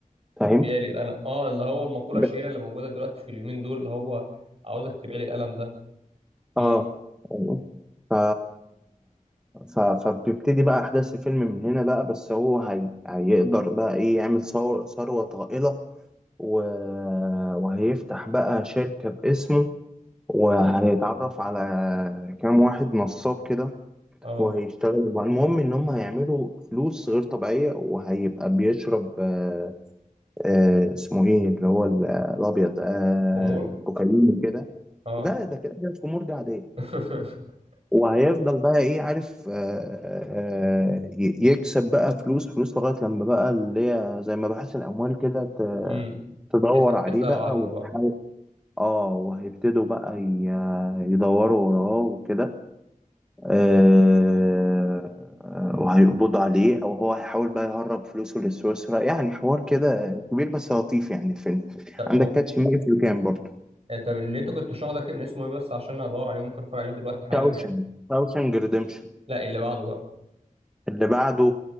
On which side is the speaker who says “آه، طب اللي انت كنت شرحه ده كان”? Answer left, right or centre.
Right